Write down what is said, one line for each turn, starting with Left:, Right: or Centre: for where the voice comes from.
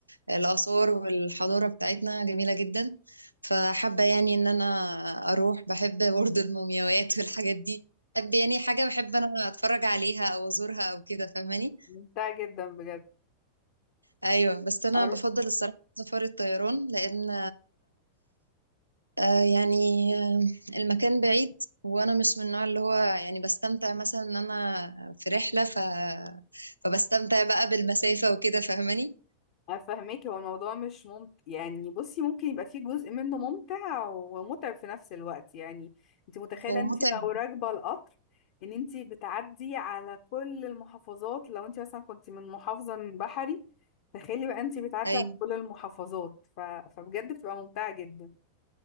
Right: الآثار والحضارة بتاعتنا جميلة جدا فحابة يعني إن أنا أروح بحب برضو المومياوات والحاجات دي بحب يعني حاجة بحب أنا أتفرج عليها أو أزورها أو كده فاهماني
Left: ممتع جدا بجد
Right: أيوة بس أنا
Left: أر-
Right: بفضل الصراحة سفر الطيران لأن آه يعني آه المكان بعيد وانا مش من النوع اللي هو يعني بستمتع مثلا ان انا في رحلة ف... فبستمتع بقى بالمسافة وكده فاهماني
Left: افهمك هو الموضوع مش ممتع يعني بصي ممكن يبقى فيه جزء منه ممتع ومتعب في نفس الوقت يعني انتي متخيلة
Right: هو
Left: انتي
Right: متعب
Left: لو راكبة القطر ان انتي بتعدي على كل المحافظات لو انتي مثلا كنتي من محافظة من بحري تخيلي بقى انتي بتعدي
Right: ايوه
Left: على كل المحافظات ف... فبجد بتبقى ممتعة جدا